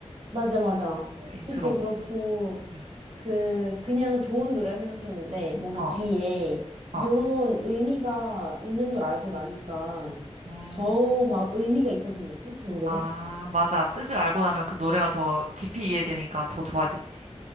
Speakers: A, on the right; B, on the right.
A: 맞아, 맞아.
B: 어, 인트로
A: 그것도
B: 부분.
A: 그렇고
B: 음,
A: 그, 그냥 좋은 노래 생각했는데, 뭔가
B: 어,
A: 뒤에
B: 어.
A: 요런 의미가 있는 걸 알고 나니까
B: 음,
A: 더 막 의미가 있어진 느낌? 노래가?
B: 아, 맞아. 뜻을 알고 나면 그 노래가 더 깊이 이해되니까 더 좋아지지.